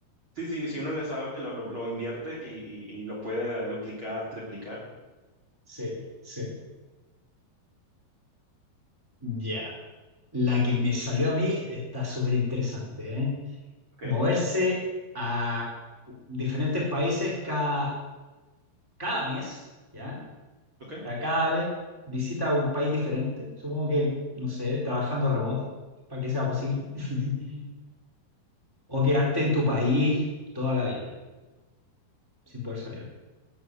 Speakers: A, on the right; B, in the centre.
A: sí, sí, si uno le sabe, lo, lo, lo invierte y, y- y lo puede duplicar, triplicar.
B: Sí, sí. Ya, la que me salió a mí está súper interesante, ¿eh?
A: ¿Ok?
B: Moverse a diferentes países cada, cada mes, ¿ya?
A: ¿Ok?
B: O sea, cada vez visita un país diferente, supongo que, no sé, trabajando remoto, para que sea posible. <laughs> O quedarte en tu país toda la vida, sin poder salir.